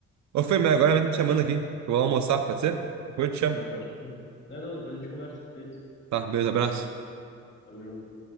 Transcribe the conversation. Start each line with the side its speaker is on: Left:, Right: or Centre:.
Right: Ô, Fê, mas
Left: Pois
Right: agora
Left: é.
Right: mesmo me chamando aqui. Eu vou almoçar, pode ser? Depois eu te chamo.
Left: Não, pode. Não, não, depois a gente conversa. Feito.
Right: Tá, beijo, abraço.
Left: Tamo junto.